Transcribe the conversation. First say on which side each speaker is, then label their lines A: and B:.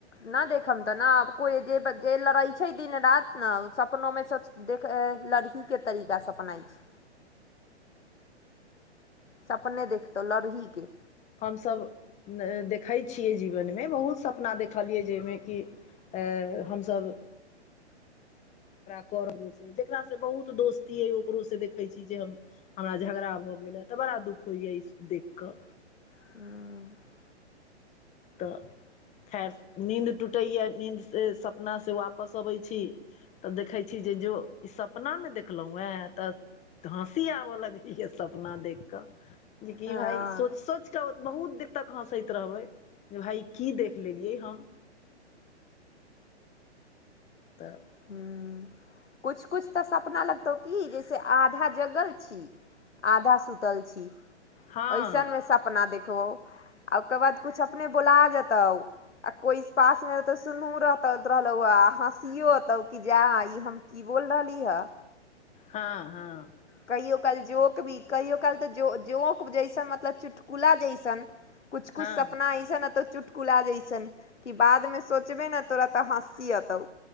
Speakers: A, on the left (about 85°); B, on the left (about 20°).
A: न देखब तऽ ने कोई जे लड़ै छै दिन रात ने सपनो मे देख लड़ ही के तरीकासँ सपनाए छै सपने देखतहुँ लड़ ही के
B: हम सभ देखै छियै जीवनमे बहुत सपना देखलियै जाहिमे कि ऐ हम सभ <unintelligible> जकरासँ बहुत दोस्ती अइ ओकरोसँ देखैत छी जे हम हमरा झगड़ा भऽ गेलए तऽ बड़ा दुःख होइ ई सब देख कऽ
A: <unintelligible>
B: तऽ खैर नींद टूटैए नींद स सपनासँ वापस अबै छी तब देखे छी जे जो ई सपना में देखलहुं ह तऽ हँसी आब ल इहे सपना देखिकऽ जे कि
A: हँ
B: भाय सोचि सोचिकऽ बहुत देर तक हंसैत रहबै जे भाय की देख लेलियै हम तऽ
A: <unintelligible> कुछ कुछ तऽ सपना लगतौ की जैसे आधा जगल छी आधा सुतल छी <inaudible>
B: हँ
A: ऐसन मे सपना देख तो ओकर बाद कुछ अपने बोला जेतौ आ कोइ पास म रह तऽ सुनहु रहलौ हँसियो कि जा ई हम की बोल रहली हँ
B: हँ हँ
A: कहि यो काइल जोक भी कहियो काल तऽ जो जोक जैसन मतलब चुटकुला जैसन कुछ कुछ
B: हँ
A: सपना ऐसन ऐ तो चुट चुटकुला जाइ छन कि बादमे सोचबे ने तोरा तऽ हँसी एतौ